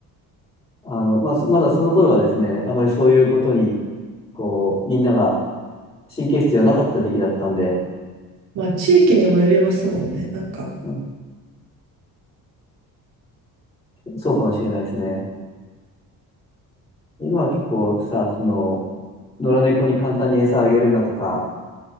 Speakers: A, on the left; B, on the right.
A: あの、まあ、そまだその頃はですね、あまりそういうことに、こう、みんなが神経質じゃなかった時期だったんで、
B: まあ、地域にもよりますもんね、なんか。
A: うんそうかもしれないですね。今は結構さ、その、野良猫に簡単に餌あげるなとか、